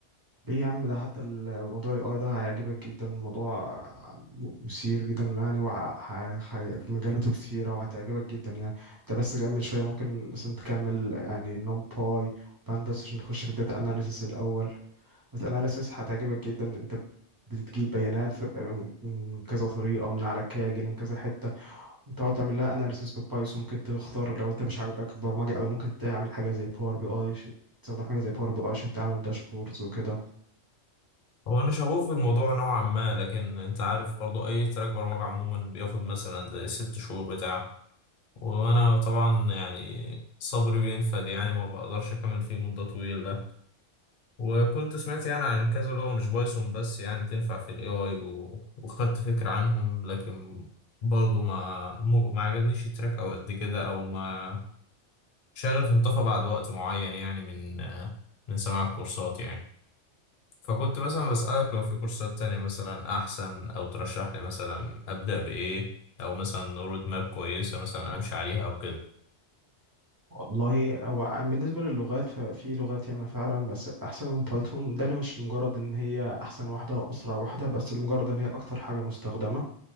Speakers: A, on the right; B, on the left.
A: ليه يا عم ده حتى الموضوع الاي اي ده هيعجبك جدا الموضوع مثير جدا يعني وفي مجالاته كتيره وهتعجبك جدا يعني انت بس كمل شويه ممكن مثلا تكمل يعني نمباي بانداس عشان تخش في الداتا اناليسيس الاول الداتا اناليسيس هتعجبك جدا انت بتجيب بيانات آه، من كذا طريقه من على كاجل من كذا حته وتقعد تعمل لها اناليسيس بالبايثون ممكن تختار لو انت مش عاجبك البرمجه قوي ممكن تعمل حاجه زي باور بي اي تستخدم حاجه زي باور بي اي عشان تعمل داشبوردز وكده
B: هو انا شغوف بالموضوع نوعا ما لكن انت عارف برضو اي تراك برمجه عموما بياخد مثلا زي ست شهور بتاع وانا طبعا يعني صبري بينفد يعني ما بقدرش اكمل فيه مده طويله وكنت سمعت يعني عن كذا لغة مش بايثون بس يعني تنفع في الاي اي وخدت فكرة عنهم لكن برضه ما مو- ما عجبنيش التراك او قد كده او ما شغف انطفى بعد وقت معين يعني من آه، من سماع الكورسات يعني فكنت مثلا بسألك لو في كورسات تانية مثلا أحسن أو ترشح لي مثلا أبدأ بإيه أو مثلا رود ماب كويسة مثلا أمشي عليها أو كده
A: والله هو بالنسبه للغات ففي لغات ياما فعلا بس احسن من بايثون ده اللي مش لمجرد ان هي احسن واحده او اسرع واحده بس لمجرد ان هي اكتر حاجه مستخدمه